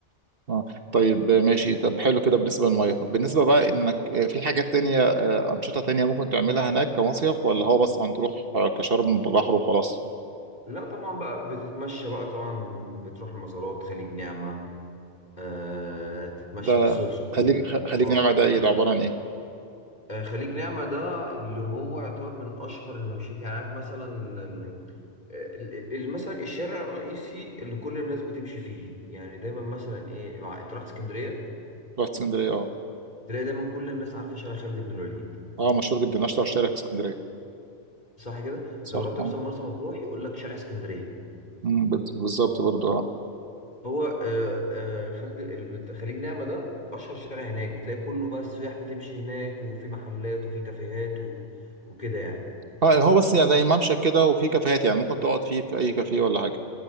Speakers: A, on the right; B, on the left.
A: اه طيب ماشي طب حلو كده بالنسبة للمية طب بالنسبة بقى انك آه، في حاجات تانية آه، أنشطة تانية ممكن تعملها هناك كمصيف ولا هو بس هنروح آه، كشرم بحر وخلاص
B: لا طبعا بقى بتتمشى بقى طبعا بتروح المزارات خليج نعمة آه تتمشى
A: ده
B: في السوق سكوير
A: خليج خ- خليج
B: اه
A: نعمة ده ايه ده عبارة عن ايه
B: آه، خليج نعمة ده اللي هو يعتبر من أشهر الممشيات يعني عارف مثلا آم، آه، ال- ال- ال- مثلا الشارع الرئيسي اللي كل الناس بتمشي فيه يعني دايما مثلا ايه مع انت رحت اسكندرية
A: رحت اسكندرية اه
B: تلاقي دايما كل الناس عارفة شارع خالد بن الوليد
A: اه مشهور جدا اشطر شارع في اسكندرية
B: صح كده
A: صح
B: لو رحت
A: اه
B: مثلا مرسى مطروح يقول لك شارع اسكندرية
A: أمم، بال- بالظبط برضو اه
B: هو آه، آه، خالد الب- خليج نعمة ده أشهر شارع هناك بتلاقي كله بقى السياح بتمشي هناك وفي محلات وفي كافيهات و... وكده يعني
A: آه، هو بس يعني زي ممشى كده وفي كافيهات يعني ممكن تقعد فيه في اي كافيه ولا حاجة